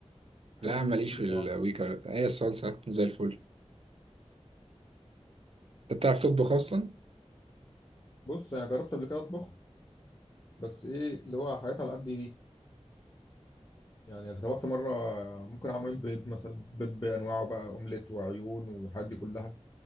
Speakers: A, on the left (about 30°); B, on the right (about 55°).
A: بحب
B: لا
A: الاتنين
B: ماليش في
A: بصراحه
B: الويكا ولا بتاع. هي الصلصه زي الفل انت بتعرف تطبخ اصلا
A: بص انا جربت قبل كده اطبخ بس ايه اللي هو حاجات على قد دي يعني طبخت مره ممكن اعمل بيض مثلا بيض بانواعه بقى اومليت وعيون والحاجات دي كلها